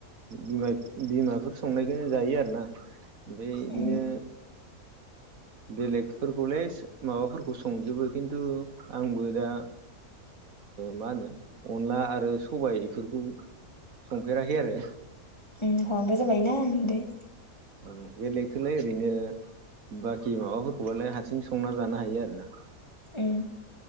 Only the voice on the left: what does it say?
उम
ओम हौवाबो जाबाय ना होनदो
उम